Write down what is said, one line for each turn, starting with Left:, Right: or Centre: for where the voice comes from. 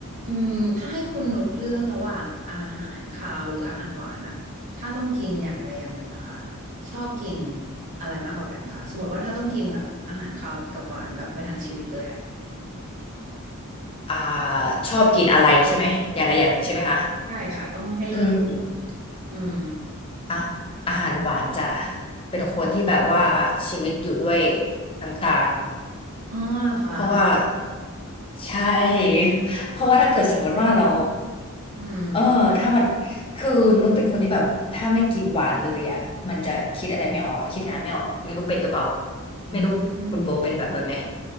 Right: อืมถ้าให้คุณนุชเลือกระหว่างอาหารคาวหรืออาหารหวานอะถ้าต้องกินอย่างใดอย่างหนึ่งอะค่ะชอบกินอะไรมากกว่ากันคะสมมติว่าถ้าต้องกินแบบอาหารคาวกับหวานแบบไปทั้งชีวิตเลยอะ
Left: อ่าชอบกินอะไรใช่ไหมอย่างใดอย่างหนึ่งใช่ไหมคะ
Right: ใช่ค่ะต้องให้เลือกอย่าง
Left: อืม
Right: อืม
Left: อ่ะอาหารหวานจะเป็นคนที่แบบว่าชีวิตอยู่ด้วยน้ำตาล
Right: อ๋อเหรอคะ
Left: เพราะว่าใช่ <laughs> เพราะว่าถ้าเกิดสมมติว่าเรา
Right: ชอบกินเค้กอะไรอย่างเงี้อืม
Left: เออถ้ามันคือนุชเป็นคนที่แบบถ้าไม่กินหวานเลยอ่ะมันจะคิดอะไรไม่ออกอะคิดงานไม่ออกไม่รู้เป็นหรือเปล่า
Right: อืมอืม
Left: ไม่รู้คุณโบเป็นแบบนั้นไหม